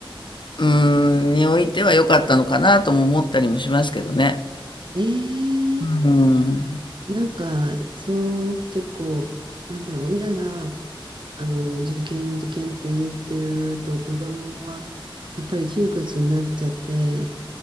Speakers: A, on the left; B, on the right.
A: うーん、においては良かったのかなとも思ったりもしますけどね。
B: えー、
A: うん。
B: なんか、そう、結構、なんだろう、親が、あの、受験、受験って言ってると、子供は、やっぱり窮屈になっちゃって、